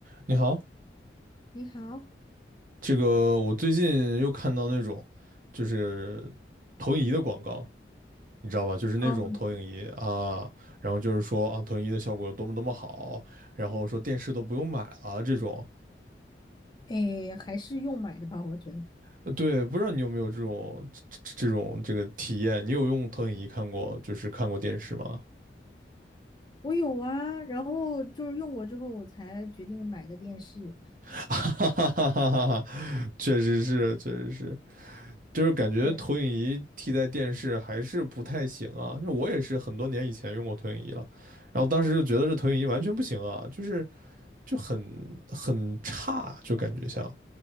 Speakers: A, on the right (about 50°); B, on the left (about 25°).
A: 你好，
B: 你好，
A: 这个我最近又看到那种就是投影仪的广告，你知道吧？就是那种投影仪啊，
B: 哦，
A: 然后就是说啊，投影仪的效果有多么多么好，然后说电视都不用买了这种。
B: 诶，还是用买的吧，我觉得。
A: 呃对，不知道你有没有这种这这这种这个体验？你有用投影仪看过，就是看过电视吗？
B: 我有啊，然后就是用过之后，我才决定买的电视。
A: <laughs> 哈哈哈哈哈哈，确实是，确实是。就是感觉投影仪替代电视还是不太行啊。
B: 对，
A: 就我也是很多年以前用过投影仪了，然后当时就觉得这投影仪完全不行啊，就是就很很差，就感觉像